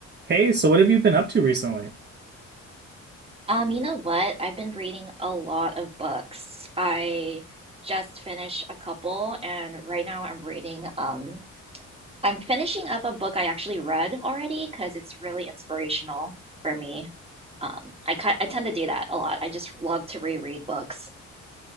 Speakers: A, on the right; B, on the right.
A: Hey, so what have you been up to recently? Uh,
B: Um, you know what? I've been reading a lot of books. I just finished a couple, and right now I'm reading, um, I'm finishing up a book I actually read already because it's really inspirational for me. Um, I ki- I tend to do that a lot. I just love to reread books.